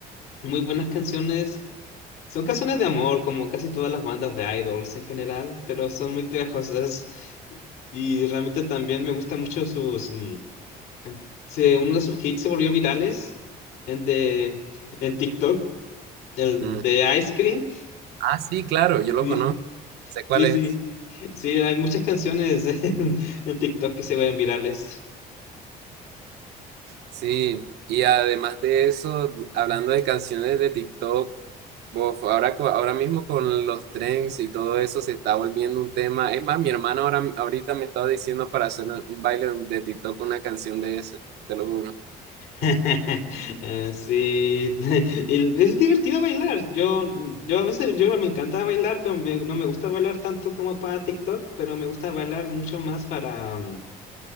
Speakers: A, on the left; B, on the right.
A: muy buenas canciones. Son canciones de amor, como casi todas las bandas de idols en general, pero son muy pegajosas. Y realmente también me gustan mucho sus... mm, se- uno de sus hits se volvió virales en, de, en TikTok, el
B: Mm.
A: de Ice Cream.
B: Ah, sí, claro, yo lo
A: <laughs>
B: conozco. Sé cuál
A: Sí, sí.
B: es.
A: Sí, hay muchas canciones <laughs> en, en TikTok que se ven virales.
B: Sí, y además de eso, hablando de canciones de TikTok, Uf, ahora, co- ahora mismo con los trends y todo eso se está volviendo un tema. Es más, mi hermana ahora, ahorita me estaba diciendo para hacer un un baile de TikTok una canción de eso, te lo juro.
A: <laughs> Eh, Sí, <laughs> y es divertido bailar. Yo, yo a veces yo me encanta bailar, pero me- no me gusta bailar tanto como para TikTok, pero me gusta bailar mucho más para, mm,